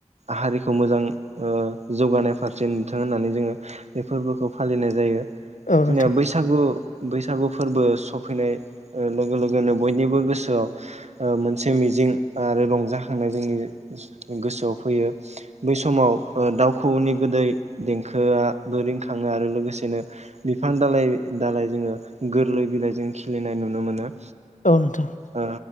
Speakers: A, on the right; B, on the left.
A: हारिखौ मोजां जौगानाय फारसे नोंथां होननानै जोङो बे फोरबोखौ फालिनाय जायो।
B: औ
A: जेनेबा
B: नोंथां
A: बैसागु बैसागु फोरबो सफैनाय लोगो लोगोनो बयनिबो गोसोआव मोनसे मिजिं आरो रंजाखांनाय जोंनि गोसोआव फैयो बै समाव दाउखौनि गोदै देंखोङाबो रिंखां खाङो आरो लोगोसेनो बिफां दालाय दालाय जोङो गोरलै बिलाइ जों खिलिनाय नुनो मोनो।
B: औ नोथां।
A: ओ